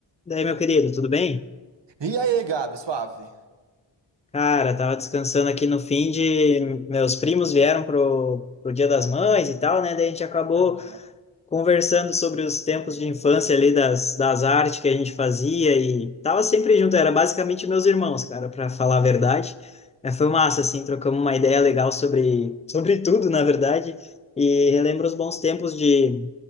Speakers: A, on the left; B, on the right.
A: Daí, meu querido, tudo bem?
B: E aí, Gabi, suave?
A: Cara, tava descansando aqui no fim de. Meus primos vieram pro, pro Dia das Mães e tal, né? Daí a gente acabou
B: Aham.
A: conversando sobre os tempos de infância ali das, das artes que a gente fazia e tava sempre junto, era basicamente meus irmãos, cara, para falar a verdade. É, foi
B: Sim.
A: massa, assim, trocamos uma ideia legal sobre, sobre tudo, na verdade, e relembro os bons tempos de